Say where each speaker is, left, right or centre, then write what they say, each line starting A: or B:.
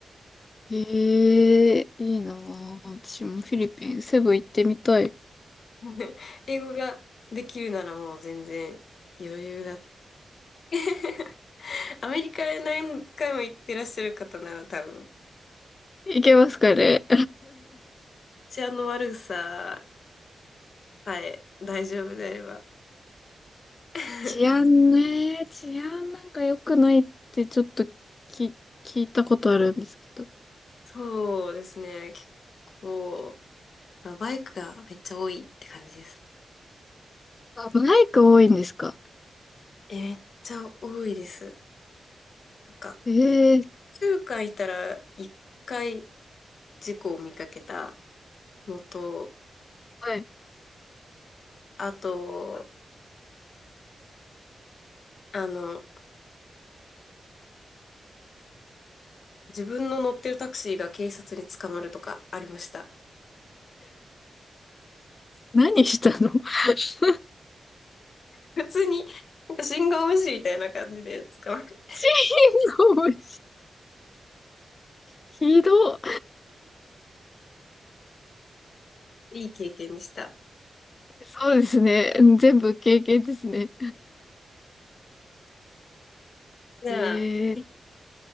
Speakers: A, on the left; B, on the left.
A: へえ、いいなあ私もフィリピン、セブ行ってみたい。
B: <laughs> 英語ができるならもう全然余裕だ。<laughs> アメリカへ何回も行ってらっしゃる方なら多分、
A: 行けますかね。
B: 私あの悪ささえ大丈夫であれば。<laughs>
A: 治安ね、治安なんか良くないってちょっとき、聞いたことあるんですけど。
B: そうですね、結構、まあバイクがめっちゃ多いって感じですね。
A: あ、バイク多いんですか
B: え、めっちゃ多いです。なんか、
A: ええ、
B: 数回いたら1回事故を見かけたのと、
A: はい。
B: あと、あの、自分の乗ってるタクシーが警察に捕まるとかありました。
A: 何したの <laughs>
B: 普通に、なんか信号無視みたいな感じで捕まる。
A: 死の思いひど
B: いい経験でした。
A: そうですね。全部経験ですね。
B: じゃあ、
A: ええ、